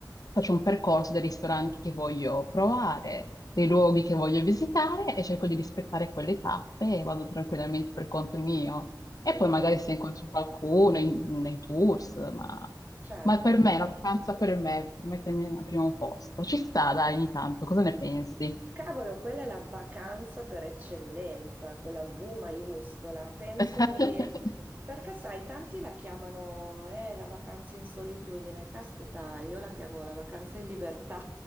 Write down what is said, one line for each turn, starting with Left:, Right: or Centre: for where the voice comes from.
Left: faccio un percorso dei ristoranti che voglio provare, dei luoghi che voglio visitare e cerco di rispettare quelle tappe e vado tranquillamente per conto mio. E
Right: Wow,
Left: poi magari se incontro qualcuno in- nei tours, ma,
Right: certo.
Left: ma per me, la vacanza per me, per mettermi al primo posto, ci sta, dai, ogni tanto, cosa ne pensi?
Right: Cavolo, quella è la vacanza per eccellenza, con la V maiuscola. Penso
Left: <laughs>
Right: di... Perché sai, tanti la chiamano eh, la vacanza in solitudine. Caspita, io la chiamo la vacanza in libertà.